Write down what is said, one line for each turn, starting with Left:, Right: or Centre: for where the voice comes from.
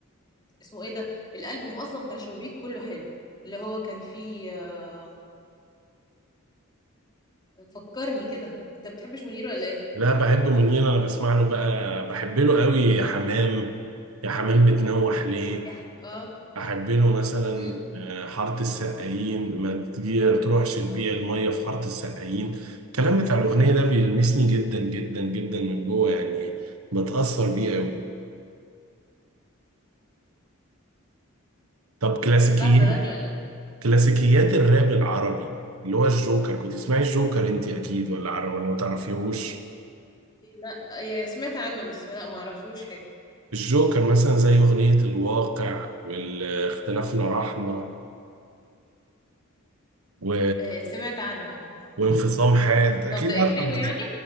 Left: اسمه ايه ده الالبوم اصلا بتاع شبابيك كله حلو اللي هو كان فيه آه، فكرني كده انت بتحبش منير ولا ايه
Right: لا بحبه منين انا بسمع له بقى بحب له قوي يا حمام يا حمام بتنوح ليه
Left: يا حم... اه
Right: احب له مثلا
Left: امم
Right: آه، حاره السقايين ما تجي تروحش تبيع الميه في حاره السقايين الكلام بتاع الاغنيه ده بيلمسني جدا جدا جدا من جوه يعني بتاثر بيه قوي طب كلاسيكيات
Left: انت بتعرف تغني ولا
Right: كلاسيكيات الراب العربي اللي هو الجوكر كنت تسمعي الجوكر انت اكيد ولا عر- ولا ما تعرفيهوش
Left: لا آه، سمعت عنه بس لا ما اعرفلوش حاجة
Right: الجوكر مثلا زي اغنيه الواقع واختلافنا رحمه و...
Left: آه، سمعت عنه
Right: وانفصام
Left: ما.
Right: حاد اكيد
Left: طب ده ايه
Right: عارفه
Left: حلو
Right: انفص-
Left: يعني